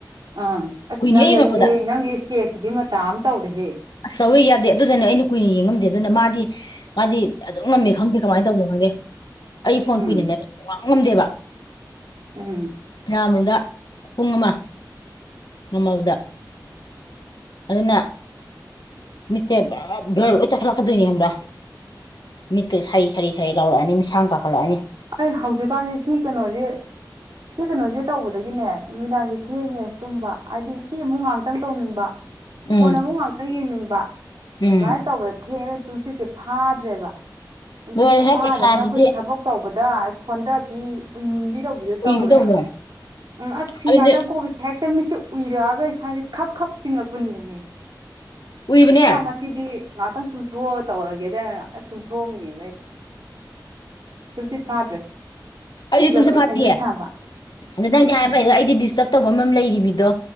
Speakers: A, on the right; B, on the left.
A: ꯑꯥ ꯑꯁ
B: ꯀꯨꯏꯅ
A: ꯅꯪꯁꯦ
B: ꯍꯦꯛ ꯌꯦꯡꯉꯛꯄꯗ
A: ꯑꯗꯨꯗꯤ ꯅꯪꯒꯤ ꯏꯁꯇꯦꯖꯇꯨꯒꯤ ꯃꯇꯥ ꯑꯃ ꯇꯧꯔꯦꯍꯦ꯫
B: ꯑꯁ ꯆꯥꯎꯧꯋꯤ ꯌꯥꯗꯦ ꯑꯗꯨꯗꯅ ꯑꯩꯅ ꯀꯨꯏꯅ ꯌꯦꯡꯉꯝꯗꯦ ꯑꯗꯨꯅ ꯃꯥꯗꯤ ꯃꯥꯗꯤ ꯑꯗꯨꯝ ꯉꯝꯃꯦ ꯈꯪꯗꯦ ꯀꯃꯥꯏꯅ ꯇꯧꯅꯣ ꯈꯪꯗꯦ ꯑꯩ ꯐꯣꯟ
A: ꯎꯝ
B: ꯀꯨꯏꯅꯅꯦ ꯉꯝꯗꯦꯕ꯫
A: ꯎꯝ꯫
B: ꯑꯥꯃꯗ ꯄꯨꯡ ꯑꯃ ꯉꯝꯃꯕꯗ ꯑꯗꯨꯅ ꯃꯤꯠꯠꯇꯦ ꯕ꯭ꯂꯔ ꯑꯣꯏ ꯆꯠꯈꯠꯂꯛꯀꯗꯣꯏꯅꯤ꯭ꯔ ꯃꯤꯠꯀ ꯁꯥꯏ ꯁ ꯁꯥꯏ ꯂꯥꯎꯔꯛꯑꯅꯤ ꯏꯁꯥꯡ ꯄꯥꯈꯠꯂꯛꯑꯅꯤ
A: ꯑꯩ ꯍꯧꯖꯤꯛꯀꯥꯟꯁꯦ ꯁꯤ ꯀꯩꯅꯣꯁꯦ ꯁꯤ ꯀꯩꯅꯣꯁꯦ ꯇꯧꯕꯗꯒꯤꯅꯦ ꯅꯨꯃꯤꯗꯥꯡꯁꯦ ꯊꯦꯡꯉꯦ ꯇꯨꯝꯕ ꯍꯥꯏꯗꯤ ꯁꯤ ꯑꯃꯨꯛ ꯉꯍꯥꯛꯇꯪ ꯇꯧꯅꯤꯡꯕ
B: ꯎꯝ
A: ꯐꯣꯟ ꯑꯃꯨꯛ ꯉꯥꯛꯍꯥꯛꯇꯪ ꯌꯦꯡꯅꯤꯡꯕ
B: ꯎꯝ
A: ꯑꯗꯨꯃꯥꯏꯅ ꯇꯧꯕꯗ ꯊꯦꯡꯉꯒ ꯅꯨꯡꯁꯤꯠꯁꯦ ꯐꯥꯗ꯭ꯔꯦꯕ
B: ꯂꯣꯏꯔꯦꯍꯦ
A: ꯁꯤꯠꯁꯦ ꯐꯥꯔꯕꯅꯤꯅ
B: ꯄꯩꯈꯥꯗꯨꯗꯤ
A: ꯑꯩꯈꯣꯏꯒꯤ ꯊꯕꯛ ꯇꯧꯕꯗ ꯁꯣꯟꯊꯕꯤ ꯎꯏꯅꯤꯡꯕꯤ ꯇꯧꯕꯤꯗꯣ ꯇꯧꯔꯦꯕ
B: ꯎꯏꯕ ꯇꯧꯕꯗꯣ
A: ꯎꯝ ꯑꯁ ꯐꯤ
B: ꯑꯗꯨꯗꯤ
A: ꯉꯥꯛꯇꯪ ꯀꯣꯁꯦ ꯍꯦꯛ ꯁꯝꯃꯤꯁꯦ ꯎꯏꯔꯛꯑꯒ ꯏꯁꯥꯥꯁꯦ ꯈꯞ ꯈꯞ ꯆꯤꯡꯉꯛꯄ ꯅꯦꯝꯃꯦ꯫
B: ꯎꯏꯕꯅꯦ
A: ꯑꯦꯔꯥ ꯃꯁꯤꯗꯤ ꯉꯍꯥꯛꯇꯪ ꯇꯨꯝꯊꯣꯛꯑꯒ ꯇꯧꯔꯒꯦꯗꯏꯔ ꯉꯥꯛꯇꯪ ꯇꯨꯝꯊꯣꯛꯑꯃꯤꯅꯦꯕꯩ꯫ ꯇꯨꯝꯁꯤꯠ ꯐꯥꯗ꯭ꯔꯦ꯫
B: ꯑꯩꯁꯨ ꯑꯗꯨꯨꯝꯁꯦ
A: ꯄꯤꯛꯅꯁꯨ
B: ꯐꯥꯠꯇꯤꯑ
A: ꯁꯥꯕ
B: ꯑꯗꯣ ꯅꯪꯗꯤ ꯍꯥꯏ ꯐꯩꯗꯣ ꯑꯩꯗꯤ ꯗꯤꯁ ꯆꯞ ꯇꯧꯕ ꯃꯝ ꯂꯩꯔꯤꯕꯤꯗꯣ